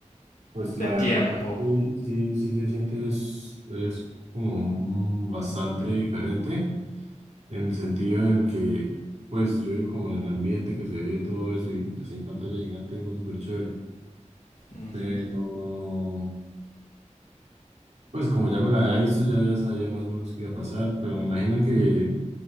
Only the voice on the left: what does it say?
de
tiempo?
Ujú.